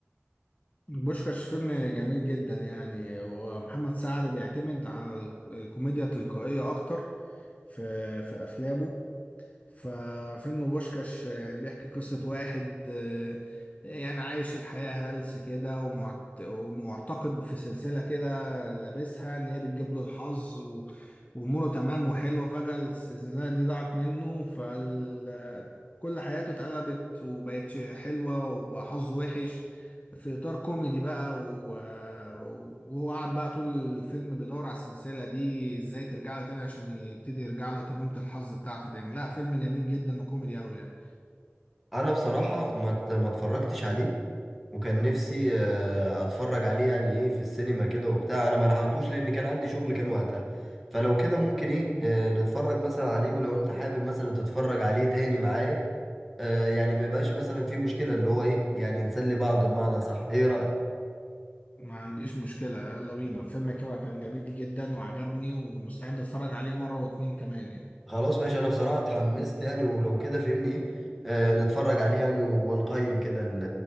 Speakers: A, on the left (about 35°); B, in the centre.
A: بوشكاش فيلم جميل جدا يعني ومحمد سعد بيعتمد على ال- الكوميديا التلقائية أكتر في في أفلامه ففيلم بوشكاش بيحكي قصة واحد آه، يعني عايش الحياة هلس كده ومعت- ومعتقد في سلسلة كده لابسها إن هي بتجيب له الحظ و- وأموره تمام وحلوة فجأة السلسلة دي ضاعت منه فكل حياته اتقلبت وبقتش حلوة وبقى حظه وحش في اطار كوميدي بقى و... وهو قعد بقى طول الفيلم بيدور على السلسله دي ازاي ترجع له تاني عشان يبتدي يرجع له تميمه الحظ بتاعته تاني لا فيلم جميل جدا وكوميدي قوي يعني
B: أنا بصراحة ما ات- ما اتفرجتش عليه وكان نفسي آه، اتفرج عليه يعني ايه في السينما كده وبتاع انا ما لحقتوش لان كان عندي شغل كان وقتها فلو كده ممكن ايه آه، نتفرج مثلا عليه ولو انت حابب مثلا تتفرج عليه تاني معايا آه، يعني ما يبقاش مثلا في مشكلة اللي هو ايه يعني نسلي بعض بمعنى صح ايه رأيك
A: ما عنديش مشكله يلا بينا الفيلم كده كان جميل جدا وعجبني ومستعد اتفرج عليه مره واتنين كمان يعني
B: خلاص ماشي انا بصراحة اتحمست يعني ولو كده فهمني ايه آه، نتفرج عليه يعني ونقيم كده ال-